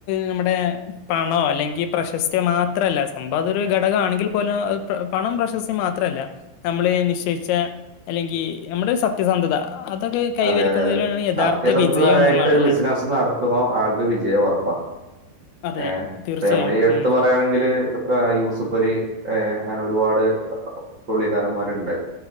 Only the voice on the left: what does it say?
നമ്മുടെ പണോ അല്ലെങ്കിൽ പ്രശസ്തിയോ മാത്രല്ല സംഭവത് ഒരു ഘടക ആണെങ്കിൽ പോലും പണം പ്രശസ്തി മാത്രല്ല നമ്മള് നിശ്ചയിച്ച അല്ലെങ്കിൽ നമ്മുടെ ഒരു സത്യസന്ധത അതൊക്കെ കൈവരിക്കുന്നതിലാണ്
യഥാർത്ഥ
വിജയം
എന്നുള്ളതാണ്
അല്ലെ
അതെ
തീർച്ചയായും
ഉം